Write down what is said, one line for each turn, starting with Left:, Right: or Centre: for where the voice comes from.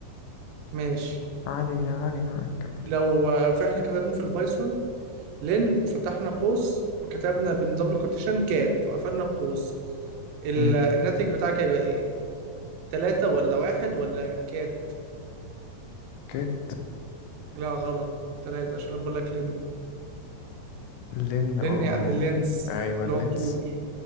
Right: ماشي
Left: علي يا علي يا كمل
Right: لو آه، فإحنا كتبنا في البايثون لن وفتحنا قوس وكتبنا بين دبل كوتيشن كات وقفلنا القوس ال-
Left: امم
Right: الناتج بتاعك هيبقى إيه؟ تلاتة ولا واحد ولا كات؟
Left: اوكي
Right: لا غلط تلاتة عشان أنا بقول لك لن
Left: لين اوه
Right: لن يعني اللينس
Left: ايوه
Right: اللي
Left: لينس
Right: هو الطول